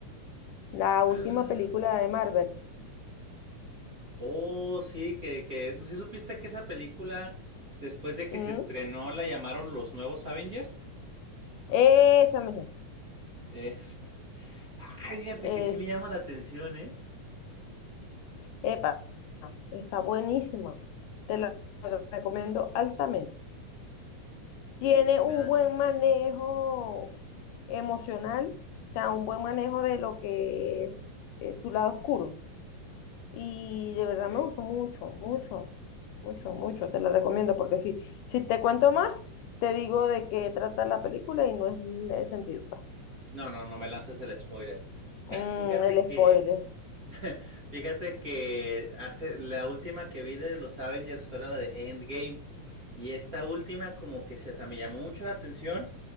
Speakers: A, on the left; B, on the right.
A: la última
B: Ah,
A: película de Marvel.
B: oh, sí, que, que, ¿sí supiste que esa película, después de que
A: Mm,
B: se estrenó, la llamaron Los Nuevos Avengers?
A: esa misma,
B: Es... <laughs> Ay, fíjate
A: esa.
B: que sí me llama la atención, ¿eh?
A: Epa, está buenísima. Te la la recomiendo altamente.
B: Uy,
A: tiene
B: sí
A: un
B: me dan
A: buen
B: ganas.
A: manejo emocional, o sea, un buen manejo de lo que es eh, tu lado oscuro. Y de verdad
B: Ok.
A: me gustó mucho, mucho, mucho, mucho. Te la recomiendo porque sí. si te cuento más, te digo de qué trata la película y no es el sentido. pues.
B: No, no, no me lances el spoiler.
A: Mm,
B: <laughs> Fíjate
A: el
B: que
A: spoiler.
B: <laughs> Fíjate que hace la última que vi de los Avengers fue la de Endgame. Y esta última como que se, o sea, me llamó mucho la atención,